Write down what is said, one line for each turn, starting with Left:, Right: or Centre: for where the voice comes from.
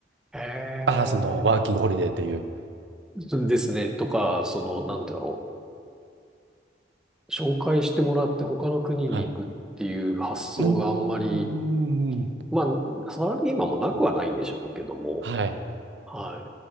Centre: え
Right: ああ、その、
Centre: え、
Right: ワーキングホリデーっていう。
Centre: そうですね。とか、その、なんだろう。紹介してもらって他の国に行くっていう発想があんまり、
Right: はい。うーん。
Centre: まあ、サラリーマンもなくはないんでしょうけども、
Right: はい。
Centre: はい。